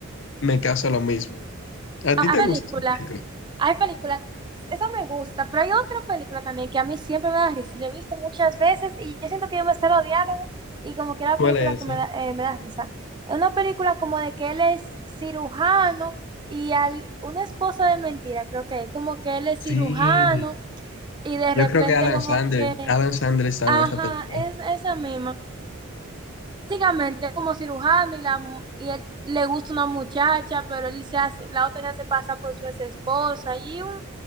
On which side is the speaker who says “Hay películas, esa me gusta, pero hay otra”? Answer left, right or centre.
Right